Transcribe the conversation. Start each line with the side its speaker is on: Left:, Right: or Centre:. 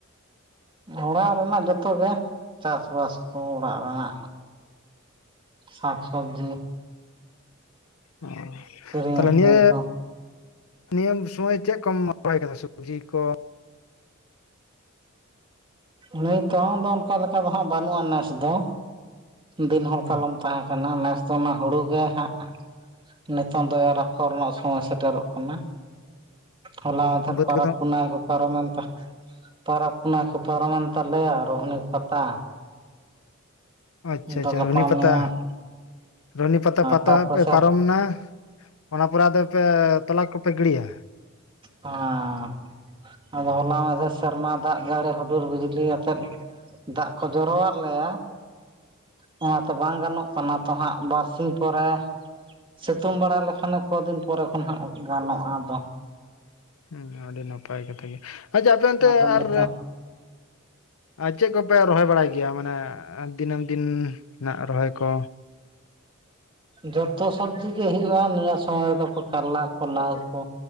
Right: ᱚᱲᱟᱜ ᱨᱮᱱᱟᱜ ᱡᱚᱛᱚ ᱜᱮ ᱪᱟᱥᱵᱟᱥ ᱠᱚ ᱚᱲᱟᱜ ᱨᱮᱱᱟᱜ᱾ ᱥᱟᱠ ᱥᱚᱵᱽᱡᱤ
Left: ᱚ
Right: ᱠᱤᱨᱤᱧ
Left: ᱛᱟᱦᱞᱮ
Right: ᱟᱹᱠᱷᱨᱤᱧ
Left: ᱱᱤᱭᱟᱹ
Right: ᱠᱚ
Left: ᱱᱤᱭᱟᱹ ᱥᱚᱢᱚᱭ ᱪᱮᱜ ᱠᱚᱢ ᱨᱚᱦᱚᱭ ᱠᱟᱫᱟ ᱥᱚᱵᱡᱤ ᱠᱚ?
Right: ᱱᱤᱛᱚᱝ ᱫᱚ ᱚᱱᱠᱟ ᱞᱮᱠᱟ ᱫᱚᱦᱟᱸᱜ ᱵᱟᱹᱱᱩᱜᱼᱟ ᱱᱮᱥ ᱫᱚ᱾ ᱫᱤᱱ ᱦᱚᱞ
Left: ᱦᱩᱸ
Right: ᱠᱟᱞᱚᱢ ᱛᱟᱦᱮᱸ ᱠᱟᱱᱟ, ᱱᱮᱥ ᱫᱚ ᱚᱱᱟ ᱦᱩᱲᱩ ᱜᱮ ᱦᱟᱸᱜ ᱱᱤᱛᱚᱝ ᱫᱚ ᱮᱨ ᱟᱯᱷᱚᱨ ᱨᱮᱱᱟᱜ ᱥᱚᱢᱚᱭ ᱥᱮᱴᱮᱨᱚᱜ ᱠᱟᱱᱟ᱾ ᱦᱚᱞᱟ
Left: ᱚ,
Right: ᱢᱟᱫᱷᱮᱨ
Left: ᱵᱟᱹᱫᱽ
Right: ᱯᱟᱨᱚᱵᱽ
Left: ᱠᱚᱫᱚ
Right: ᱯᱩᱱᱟᱭ ᱠᱚ ᱯᱟᱨᱚᱢᱮᱱ ᱛᱮ᱾ ᱛᱟᱨᱟᱯ ᱚᱱᱟ ᱠᱚ ᱯᱟᱨᱚᱢᱮᱱ ᱛᱟᱞᱮᱭᱟ ᱟᱨ ᱨᱚᱦᱚᱱᱤ ᱯᱟᱛᱟ᱾
Left: ᱟᱪᱪᱷᱟ
Right: ᱟᱫᱚ
Left: ᱟᱪᱪᱷᱟ
Right: ᱜᱟᱯᱟ
Left: ᱨᱚᱱᱤ ᱯᱟᱛᱟ
Right: ᱢᱮᱭᱟᱝ
Left: ᱨᱚᱦᱱᱤ ᱯᱟᱛᱟ ᱯᱟᱛᱟ
Right: ᱛᱟᱨ ᱯᱟᱥᱮᱨ
Left: ᱯᱟᱨᱚᱢᱱᱟ᱾ ᱚᱱᱟ ᱯᱚᱨᱮ ᱟᱫᱚ ᱯᱮ ᱛᱚᱞᱟ ᱠᱚᱯᱮ ᱜᱤᱲᱤᱭᱟ?
Right: ᱟᱸ ᱟᱫᱚ ᱦᱚᱞᱟ ᱢᱟᱫᱷᱮᱨ ᱥᱮᱨᱢᱟ ᱫᱟᱜ ᱡᱟᱹᱲᱤ ᱦᱩᱰᱩᱨ ᱵᱩᱤᱡᱽᱞᱤ ᱟᱛᱮᱫ ᱫᱟᱜ ᱠᱚ ᱡᱚᱨᱚᱣᱟᱫ ᱞᱮᱭᱟ᱾ ᱱᱚᱣᱟ ᱛᱚ ᱵᱟᱝ ᱜᱟᱱᱚᱜ ᱠᱟᱱᱟ ᱛᱚ ᱦᱟᱸᱜ ᱵᱟᱨᱥᱤᱧ ᱯᱚᱨᱮ ᱥᱤᱛᱩᱝ ᱵᱟᱲᱟ ᱞᱮᱠᱷᱟᱱᱮ ᱠᱚᱫᱤᱱ ᱯᱚᱨᱮ ᱠᱷᱚᱱ ᱦᱟᱸᱜ ᱜᱟᱱᱚᱜᱼᱟ ᱟᱫᱚ᱾
Left: ᱦᱮᱸ ᱟᱹᱰᱤ ᱱᱟᱯᱟᱭ ᱠᱟᱛᱷᱟ ᱜᱮ ᱟᱪᱪᱷᱟ ᱟᱯᱮ ᱮᱱᱛᱮ
Right: ᱟᱫᱚ ᱱᱤᱛᱚᱜ
Left: ᱟᱨ ᱟᱨ ᱪᱮᱜ ᱠᱚᱯᱮ ᱨᱚᱦᱚᱭ ᱵᱟᱲᱟᱭ ᱜᱮᱭᱟ ᱢᱟᱱᱮ ᱫᱤᱱᱟᱹᱢ ᱫᱤᱱ ᱱᱟᱜ ᱨᱚᱦᱚᱭ ᱠᱚ?
Right: ᱡᱚᱛᱚ ᱥᱚᱵᱡᱤ ᱜᱮ ᱦᱳᱭᱳᱜᱼᱟ ᱱᱤᱭᱟᱹ ᱥᱚᱢᱚᱭ ᱨᱮᱫᱚ ᱠᱚ ᱠᱟᱨᱞᱟ ᱠᱚ ᱞᱟᱣ ᱠᱚ